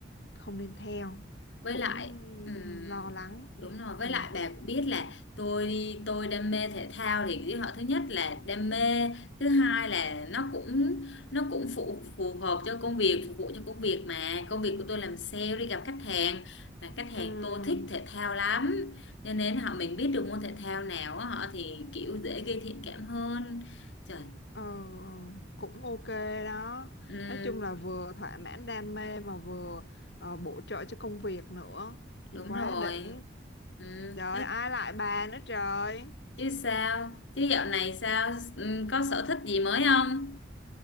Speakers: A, on the left; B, on the left.
A: không nên theo
B: với
A: cũng
B: lại ừm,
A: lo lắng.
B: đúng rồi với
A: Ừ.
B: lại bà cũng biết là tôi tôi đam mê thể thao thì cái họ thứ nhất là đam mê thứ hai là nó cũng nó cũng phù phù hợp cho công việc phục vụ cho công việc mà công việc của tôi làm sale đi gặp khách hàng mà khách hàng
A: Ừm,
B: tôi thích thể thao lắm cho nên họ mình biết được môn thể thao nào á, họ thì kiểu dễ gây thiện cảm hơn trời
A: Ờ, ờ, cũng ok đó.
B: ừm,
A: Nói chung là vừa thỏa mãn đam mê mà vừa ờ, bổ trợ cho công việc nữa.
B: đúng
A: Quá
B: rồi
A: đỉnh.
B: Ừm,
A: Trời
B: có
A: ai lại bà nữa trời.
B: chứ sao chứ dạo này sao ừ, có sở thích gì mới không